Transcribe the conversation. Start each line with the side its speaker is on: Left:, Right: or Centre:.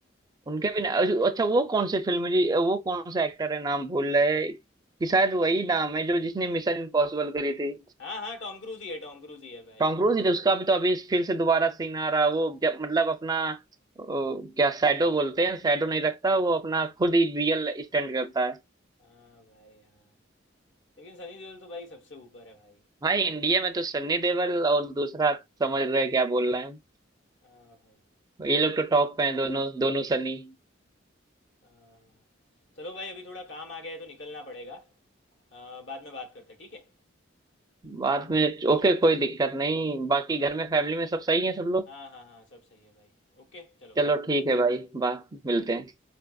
Right: उनके भी ना- अच्छा वो कौन से फिल्म है जी वो कौन सा एक्टर है नाम भूल रहे हैं, कि शायद वही नाम है जो जिसने मिशन इम्पॉसिबल करी थी
Left: हाँ हाँ टॉम क्रूज ही है टॉम क्रूज ही है भाई
Right: टॉम क्रूज ही तो उसका भी तो अभी फिर से दोबारा सीन आ रहा है, वो जब मतलब अपना अ, क्या शैडो बोलते हैं शैडो नहीं रखता वो अपना खुद ही रियल स्टंट करता है
Left: हाँ भाई हाँ लेकिन सनी देओल तो भाई सबसे ऊपर है भाई
Right: भाई इंडिया में तो सन्नी देओल और दूसरा समझ रहे हैं क्या बोल रहे हैं
Left: हाँ भाई
Right: ये लोग तो टॉप पे हैं दोनों दोनों सनी
Left: हाँ हाँ। चलो भाई अभी थोड़ा काम आ गया है तो निकलना पड़ेगा आ, बाद में बात करते हैं, ठीक है
Right: बाद में ओके कोई दिक्कत नहीं बाकी घर में फैमिली में सब सही है सब लोग
Left: हाँ हाँ हाँ सब सही है भाई ओके चलो
Right: चलो
Left: बाय
Right: ठीक है भाई बात मिलते हैं